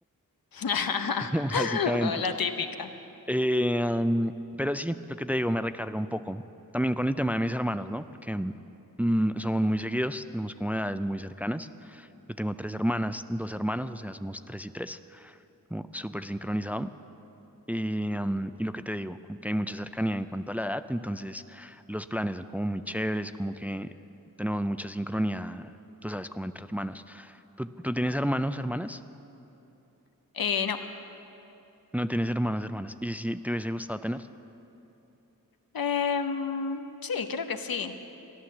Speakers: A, on the left; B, in the centre.
A: <laughs>
B: <laughs> básicamente.
A: O La típica.
B: Eh, um, pero sí, lo que te digo, me recarga un poco. También con el tema de mis hermanos, ¿no? Porque mm, somos muy seguidos, tenemos como edades muy cercanas. Yo tengo tres hermanas, dos hermanos, o sea, somos tres y tres, como súper sincronizado. Y, um, y lo que te digo, como que hay mucha cercanía en cuanto a la edad, entonces los planes son como muy chéveres, como que tenemos mucha sincronía, tú sabes, como entre hermanos. ¿Tú, tú tienes hermanos, hermanas?
A: Eh, no,
B: No tienes hermanos, hermanas. ¿Y si te hubiese gustado tener?
A: em, sí, creo que sí.